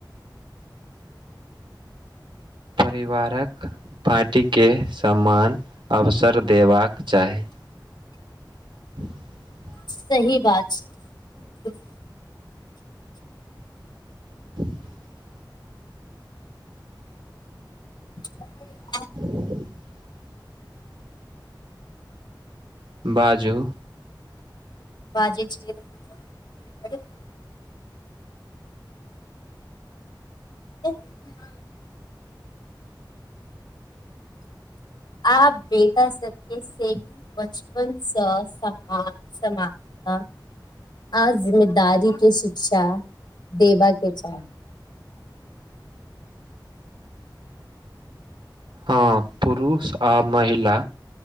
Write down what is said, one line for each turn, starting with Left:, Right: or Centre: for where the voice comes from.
Right: परिवारक बाँटि के समान अवसर देबाक चाही। <inaudible>
Left: सही बात छै। <unintelligible>
Right: <inaudible>
Left: <inaudible>
Right: <inaudible> <inaudible> बाजू
Left: बाजे छीयै। <unintelligible> <unintelligible> आब बेटा सबके <unintelligible> बचपन स समान समा हँ आ जिम्मेदारी के शिक्षा देबाके चाही।
Right: हँ पुरुष आ महिला